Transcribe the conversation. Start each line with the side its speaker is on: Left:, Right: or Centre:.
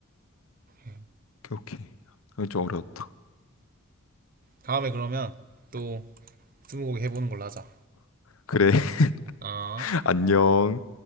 Right: 예.
Left: 오케이, 오케이. 이건 좀 어려웠다.
Right: 다음에 그러면 또 스무고개 해보는 걸로 하자.
Left: 그래,
Right: 아.
Left: <laughs> 안녕.